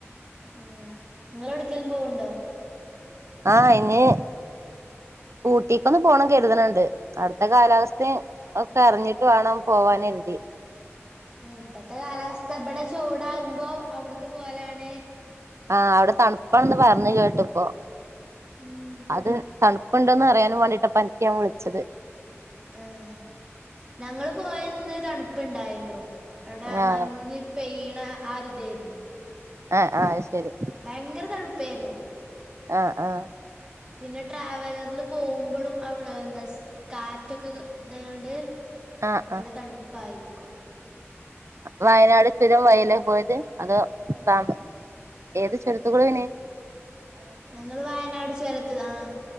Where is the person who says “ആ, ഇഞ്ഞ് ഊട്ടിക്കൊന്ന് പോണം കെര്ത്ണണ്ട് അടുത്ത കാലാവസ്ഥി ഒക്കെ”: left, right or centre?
Right